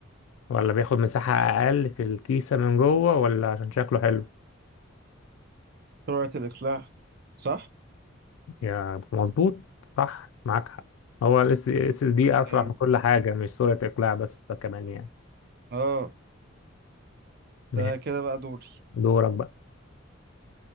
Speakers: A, on the left; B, on the right.
A: ولا بياخد مساحة أقل في الكيسة من جوه ولا عشان شكله حلو
B: سرعة الإقلاع صح
A: يا مظبوط صح معاك حق هو ال اس اس دي
B: زي
A: أسرع في
B: الفل
A: كل حاجة مش سرعة إقلاع بس كمان يعني
B: اه
A: ماشي
B: ده كده بقى دوري
A: دورك بقى